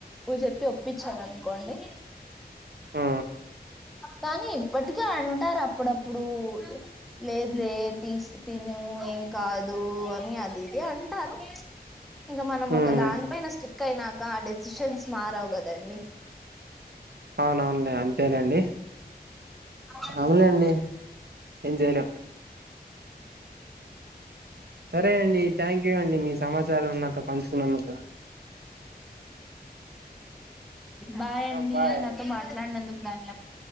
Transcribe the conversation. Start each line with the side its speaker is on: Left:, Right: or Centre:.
Centre: చెప్పి ఒప్పించను అనుకోండి
Right: ఆ
Centre: కానీ ఇప్పటికే అంటారు అప్పుడప్పుడు లేదు లే తీ తని ఏం కాదు అని అది ఇదో అంటారు ఇంక మనం
Right: ఉమ్
Centre: ఒక దాని పైన కైనాక ఆ డెసిషన్స్ మారవు గదండి
Right: అవునవునులే అంతేలేండి
Centre: ఆ
Right: అవునులేండి ఏం జెయ్ లేం సరే అండి థ్యాంక్ యూ అండి మీ సమాచారాన్ని నాతో పంచుకున్నందుకు
Centre: బాయండి
Right: ఆ! బాయ్
Centre: నాతో మాట్లాడినందుకు దాని